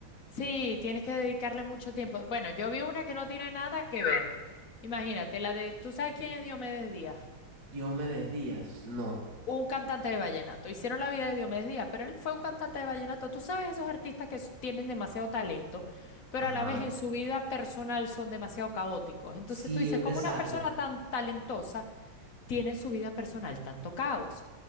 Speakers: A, on the left (about 45°); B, on the right (about 50°).
A: Sí, tienes que dedicarle mucho tiempo. Bueno, yo vi una que no tiene nada que ver. Imagínate, la de, ¿tú sabes quién es Diomedes Díaz?
B: Diomedes Díaz, no.
A: Un cantante de vallenato. Hicieron la vida de Diomedes Díaz, pero él fue un cantante de vallenato. Tú sabes esos artistas que s- tienen demasiado talento, pero
B: Ajá.
A: a la vez en su vida personal son demasiado caóticos. Entonces
B: Sí,
A: tú dices,
B: un
A: ¿cómo
B: desastre.
A: una persona tan talentosa tiene en su vida personal tanto caos?